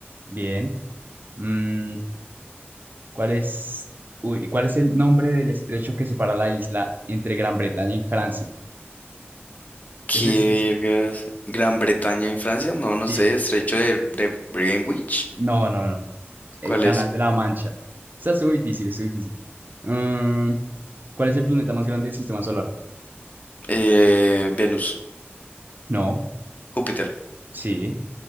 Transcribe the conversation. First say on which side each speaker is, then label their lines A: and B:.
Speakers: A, on the right (about 50°); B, on the left (about 40°).
A: Bien. Mm, ¿cuál es, uy, ¿cuál es el nombre del estrecho que separa la isla entre Gran Bretaña y Francia?
B: ¿Qué
A: Ese es, ese-
B: vergas? Gran Bretaña en Francia. No, no
A: sí.
B: sé. Estrecho de, de Greenwich.
A: No, no, no. El
B: ¿Cuál
A: Canal
B: es?
A: de la Mancha. Está muy difícil, es difícil. Mm, ¿cuál es el planeta más grande del sistema solar?
B: Eh, Venus.
A: No.
B: Júpiter.
A: Sí.